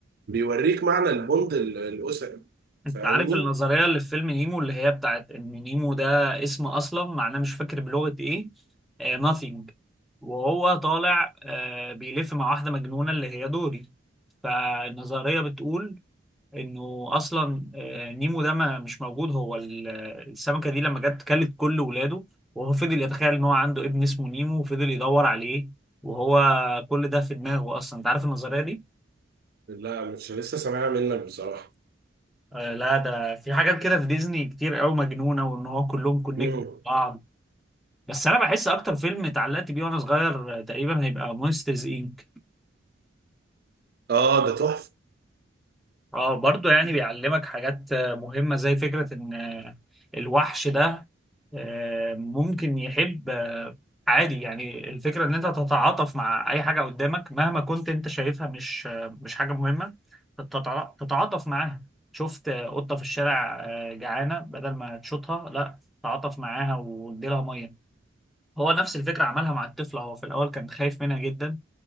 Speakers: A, on the right; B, in the centre.
A: بيوريك معنى البوند ال- الاسري
B: انت
A: فاهمني؟
B: عارف النظريه اللي في فيلم نيمو اللي هي بتاعت ان نيمو ده اسم اصلا معناه مش فاكر بلغه ايه آه nothing وهو طالع آه بيلف مع واحده مجنونه اللي هي دوري فالنظريه بتقول انه اصلا آه، نيمو ده ما مش موجود هو ال- آه، السمكه دي لما جت كلت كل ولاده وهو فضل يتخيل ان هو عنده ابن اسمه نيمو وفضل يدور عليه وهو كل ده في دماغه اصلا انت عارف النظريه دي
A: لا مش لسه سامعها منك بصراحه.
B: آه لا ده في حاجات كده في ديزني كتير قوي مجنونه وان هو كلهم كونكت
A: مم.
B: بعض بس انا بحس اكتر فيلم اتعلقت بيه وانا صغير آه، تقريبا هيبقى مونسترز انك.
A: اه ده تحفه
B: اه برضه يعني بيعلمك حاجات آه، مهمة زي فكرة ان آه، الوحش ده آه، ممكن يحب آه، عادي يعني الفكرة ان انت تتعاطف مع اي حاجة قدامك مهما كنت انت شايفها مش آه، مش حاجة مهمة تتع- تتعاطف معاها شفت آه، قطة في الشارع آه، جعانة بدل ما تشوطها لا تعاطف معاها وادي لها مية هو نفس الفكرة عملها مع الطفل هو في الأول كان خايف منها جدا